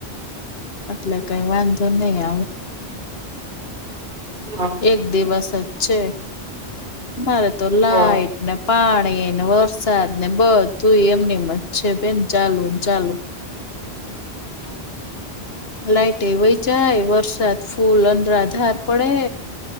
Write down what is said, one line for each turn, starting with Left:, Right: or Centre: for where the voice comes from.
Left: એટલે કઈ વાંધો નઈ આવે.
Right: હ
Left: એક દિવસ જ છે. મારે તો લાઈઇટને
Right: હા
Left: પાણીને વરસાદ ને બધું એમને એમજ છે બેન ચાલુને ચાલુ.
Right: હમ્મ
Left: લાઈટ એ વય જાય વરસાદ ફૂલ અનરા ધાર પડે.